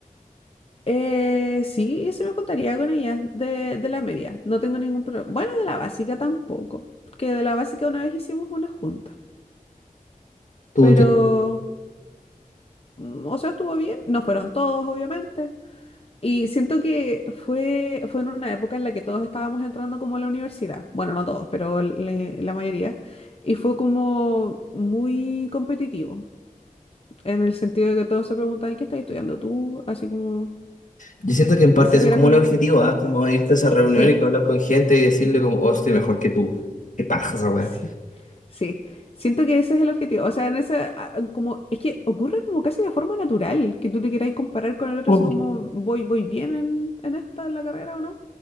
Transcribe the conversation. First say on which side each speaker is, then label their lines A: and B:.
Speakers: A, on the left (about 40°); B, on the left (about 60°).
A: Eh, sí, se me juntaría con ellas de, de la media. No tengo ningún problema. Bueno, de la básica tampoco, porque de la básica una vez hicimos una junta.
B: ¿Tú
A: Pero,
B: entiendes?
A: mm, o sea, estuvo bien. No fueron todos, obviamente. Y siento que fue, fue en una época en la que todos estábamos entrando como a la universidad. Bueno, no todos, pero le- la mayoría. Y fue como muy competitivo, en el sentido de que todos se preguntaban, ¿qué estás estudiando tú? Así como,
B: Yo siento que en
A: eh,
B: parte
A: siento
B: eso
A: que
B: es
A: era
B: como
A: como,
B: un objetivo, ¿ah? Como irte a esa reunión
A: sí,
B: y hablar con gente y decirle como, oh, estoy mejor que tú. ¿Qué paja esa weá?
A: sí, sí. Siento que ese es el objetivo. O sea, en ese, ah, como, es que ocurre como casi de forma natural, que tú te quieras comparar con el otro,
B: Mm.
A: así como, voy, voy bien en, en esta, en la carrera o no.